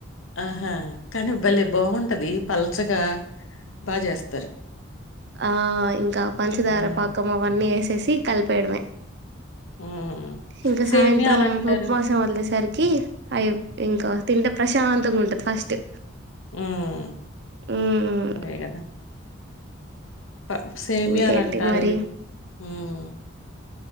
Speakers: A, on the left (about 75°); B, on the right (about 55°).
A: ఆహా కానీ భలే బావుంటది పల్చగా బా చేస్తారు
B: ఆ ఇంకా పంచదార
A: హ్మ్
B: పాకం అవన్నీ ఏసి టేసి కలిపేయడమే
A: హ్మ్
B: ఇంకా
A: సేమియాలంటారు
B: సాయంత్రం ఉపవాసం వదిలేసరికి అవి ఇంకా తింటే ప్రస్ టాంతంగా ఉంటుంది ఫస్టే
A: ఉమ్మ్
B: మ్మ్
A: అదే కదా ప సేమ్యాలంటారు
B: ఇంకేంటి మరి
A: ఉమ్మ్